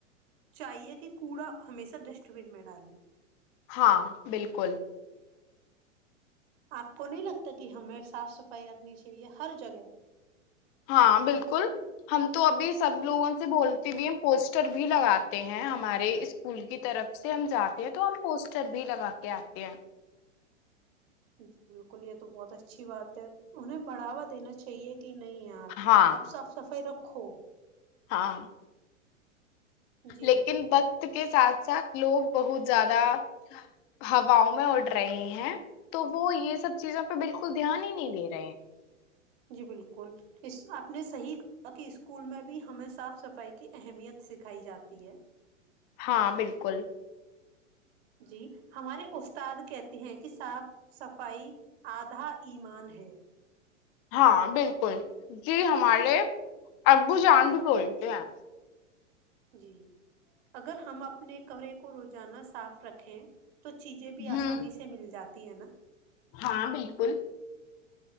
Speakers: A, on the right; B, on the left.
A: چاہیے کہ کوڑا ہمیشہ ڈسٹ بین میں ڈالے
B: ہاں بالکل
A: آپ کو نہیں لگتا کہ ہمیں صاف صفائی رکھنی چاہیے ہر جگہ
B: ہاں بالکل ہم تو ابھی سب لوگوں سے بولتے بھی ہم پوسٹر بھی لگاتے ہیں ہمارے اسکول کی طرف سے ہم جاتے ہیں تو ہم پوسٹر بھی لگا کے آتے ہیں
A: جی بالکل یہ تو بہت اچھی بات ہے انہیں بڑھاوا دینا چاہیے کہ نہیں یار
B: ہاں
A: آپ صاف صفائی رکھ سکھو
B: ہاں
A: جی
B: لیکن بت کے ساتھ ساتھ لوگ بہت زیادہ ہواؤ میں اڑ رہے ہیں تو وہ یہ سب چیزوں پہ بالکل دھیان ہی نہیں دے رہے
A: جی بالکل اس آپ نے صحیح کہا کہ اسکول میں بھی ہمیں صاف صفائی کی اہمیت سکھائی جاتی ہے
B: ہاں بالکل
A: جی ہمارے استاد کہتے ہیں کہ صاف صفائی آدھا ایمان ہے
B: ہاں بالکل جی ہمارے ابو جان بھی بولتے ہیں
A: جی اگر ہم اپنے کمرے کو روزانہ صاف رکھ ہیں تو چیزیں بھی
B: ہوں
A: آسانی سے مل جاتی ت ہے نا
B: ہاں بالکل